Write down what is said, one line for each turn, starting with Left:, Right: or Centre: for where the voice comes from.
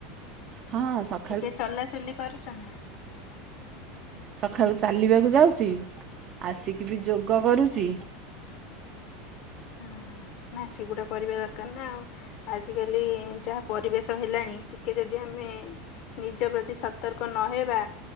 Right: ହଁ ସ
Left: ଟିକେ ଚଲାଚୁଲି କରୁଚ ନା?
Right: ସଖାଳୁ ଚାଲିବାକୁ ଯାଉଚି ଆସିକି ବି ଯୋଗ କରୁଚି
Left: ଆଚ୍ଛା। ହଁ- ନା ସେଗୁଡା କରିବା ଦରକାର ନା ଆଉ। ଆଜିକାଲି ଯାହା ପରିବେଶ ହେଲାଣି ଟିକେ ଯଦି ଆମେ ନିଜ ପ୍ରତି ସତର୍କ ନହବା